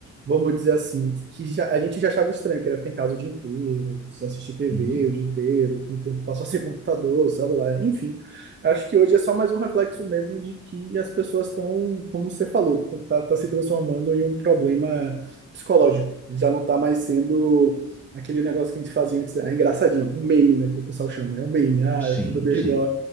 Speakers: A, on the right; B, in the centre.
A: vamos dizer assim, que já- a gente já achava estranho, que era ficar em casa o dia inteiro, só assistir TV
B: Uhum.
A: o dia inteiro, com o tempo passou a ser computador, celular, enfim. Acho que hoje é só mais um reflexo mesmo de que as pessoas estão, como você falou, tá, tá tá se transformando em um problema psicológico. Já não tá mais sendo. Aquele negócio que a gente fazia antes, é engraçadinho, um meme, né, que o pessoal chama, é um meme, ah,
B: Sim,
A: eu tô do Baby
B: sim.